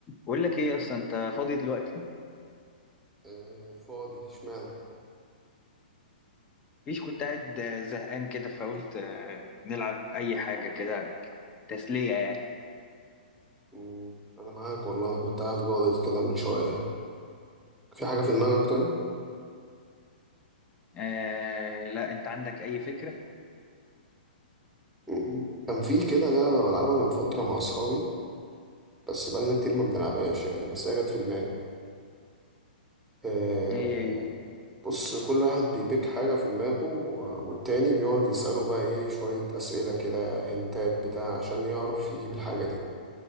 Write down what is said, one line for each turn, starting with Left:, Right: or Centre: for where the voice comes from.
Left: بقول لك ايه اصلا انت فاضي دلوقتي
Centre: آه، فاضي اشمعنى
Left: مفيش كنت قاعد آه، زهقان كده فقلت آه، نلعب اي حاجه كده تسليه يعني
Centre: مم، انا معاك والله انا كنت قاعد جاضد كده من شويه في حاجه في دماغك طيب
Left: آه لا انت عندك اي فكره
Centre: مم، كان في كده لعبه بلعبها من فتره مع اصحابي بس بقالنا كتير ما بنلعبهاش يعني بس هي جت في دماغي آه،
Left: ايه ايه
Centre: بص كل واحد بيبيك حاجه في دماغه و- والتاني بيقعد يساله بقى ايه شويه اسئله كده هنتات بتاع عشان يعرف يجيب الحاجه دي